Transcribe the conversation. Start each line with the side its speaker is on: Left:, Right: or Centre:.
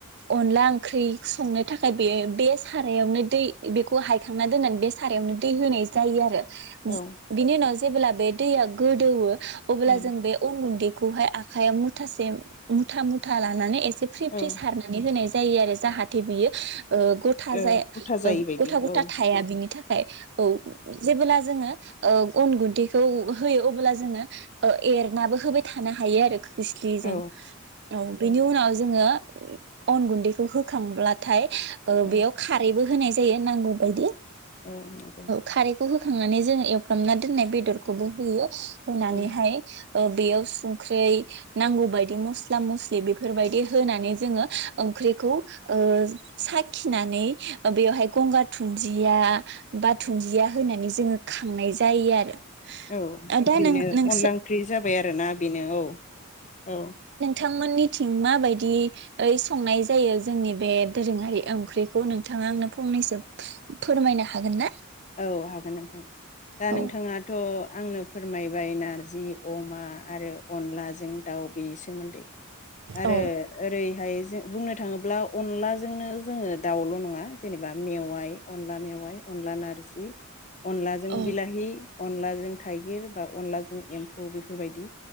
Right: अनला ओंख्रि संनो थाखाय बे बे सारायावनो दै बेखौ हायखांना दोननानै बे सारायावनो दै होनायज जायो आरो
Left: औ
Right: जि बिनि उनाव जि जेब्ला बे दैया गोदौवो अब्ला
Left: उम
Right: जों बे अन गुन्दै खौहाय आखायाव मुथासे मुथा मुथा लानानै एस से फ्रि
Left: औ
Right: फ्रि सारनानै होनायज जायो आरो जाहाथे बियो ओ गथा
Left: औ
Right: जाया
Left: गथा जायै बायदि
Right: गथा गथा
Left: औ
Right: थाया बिनि थाखाय औ जेबोब्ला जोङो ओ अन गुन्दैखौ होयो अब्ला जोङो ओ एरनाबो होबाय थानो हायो आरो खोस्लिजों
Left: औ
Right: औ बेनि उनाव जों जोङो अन गुन्दैखौ होखांब्लाथाय ओ
Left: औ
Right: बेयाव खारैबो होनाय जायो नांगौ बायदि
Left: औ औ
Right: खारैखौ होखांनानै जोङो एवफ्रामना दोननाय बेदरखौबो होयो। होनानै
Left: उम
Right: हाय ओ बेयाव संख्रै नांगौ बायदि मस्ला-मस्लि बेफोरबायदि होनानै जोङो ओंख्रिखौ ओ साखिनानै बेवहाय गंगार दुनदिया बा दुुनन्दिया होनानै जोङो खांनाय जायो आरो
Left: औ
Right: दा
Left: बेनो
Right: नों नोंसि
Left: अनला ओंख्रि जाबाय आरोना बेनो औ औ
Right: थांमोननिथिं माबायदि ओइ संनाय जायो जोंनि बे दोरोङारि ओंख्रिखौ नोंथाङा आंनो फंनैसो फोरमायनो हागोन ना
Left: औ हागोन नोंथां दा
Right: औ
Left: नोंथांङाथ' आंनो फोरमायबाय नारजि अमा आरो अनलाजों दाउ बेनि सोमोन्दै आरो
Right: औ
Left: ओरैहाय जे बुंनो थाङोब्ला अनलाजोंनो जोङो दाउल' नङा जेनेबा मेवाइ अनला मेवाय अनला नारजि जि अनलाजों
Right: औ
Left: बिलाहि अनलाजों थाइगिर बा अनलाजों एम्फौ बेफोर बायदि